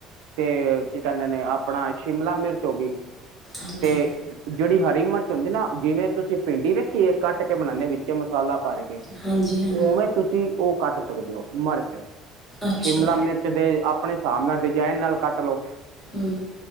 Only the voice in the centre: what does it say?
ਹਾਂਜੀ
ਹਾਂਜੀ ਹਾਂਜੀ
ਅੱਛਾ
ਹੂੰ